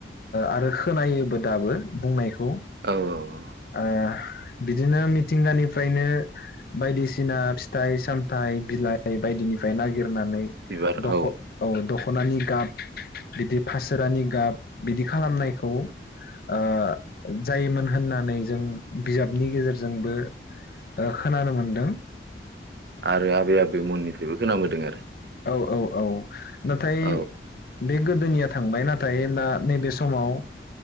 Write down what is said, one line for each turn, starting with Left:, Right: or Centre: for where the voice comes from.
Left: आरो खोनायोबो दाबो बुंनाय खौ
Right: औ
Left: आ बिदिनो मिथिंगानिफ्रायनो बायदिसिना फिथाइ साम थाइ बिलाइ बायदिनिफ्राय नागिर गाननानै
Right: बिबार
Left: द'ख
Right: औ
Left: औ दख' खनानि गाब बिदि फासोरानि गाब बिदि खालामनायखौ ओ जायोमोन होननानै जों बिजाबनि गेजेरजोंबो ओ खोनानो मोनदों
Right: आरो आबै आबैमोननि फा बेबो खोनाबोदों आरो
Left: औ औ औ नाथाय
Right: औ
Left: बे गोदोनि थांबाय नाथाय दा नैबे समाव